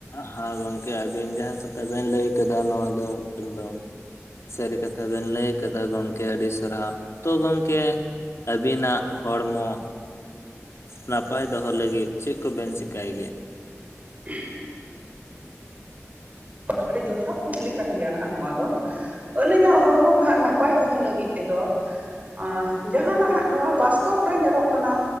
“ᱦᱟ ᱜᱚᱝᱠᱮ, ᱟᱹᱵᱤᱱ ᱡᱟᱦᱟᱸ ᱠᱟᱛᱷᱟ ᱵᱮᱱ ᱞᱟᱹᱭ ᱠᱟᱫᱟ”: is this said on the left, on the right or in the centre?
Left